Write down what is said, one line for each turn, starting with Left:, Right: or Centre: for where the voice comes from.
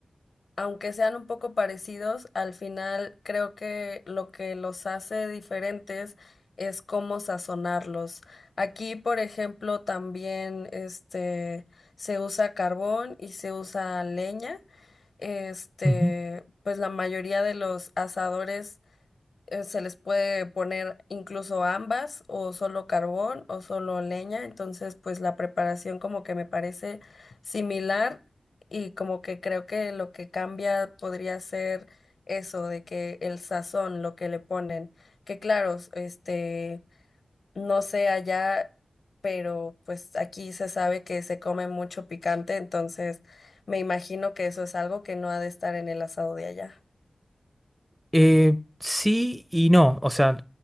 Left: aunque sean un poco parecidos, al final creo que lo que los hace diferentes es cómo sazonarlos. Aquí, por ejemplo, también este se usa carbón y se usa leña. Este,
Centre: Ujú.
Left: pues la mayoría de los asadores eh, se les puede poner incluso ambas o solo carbón o solo leña, entonces pues la preparación como que me parece similar y como que creo que lo que cambia podría ser eso de que el sazón, lo que le ponen, que claro, este, no sé allá, pero pues aquí se sabe que se come mucho picante, entonces me imagino que eso es algo que no ha de estar en el asado de allá.
Centre: Eh, sí y no. O sea,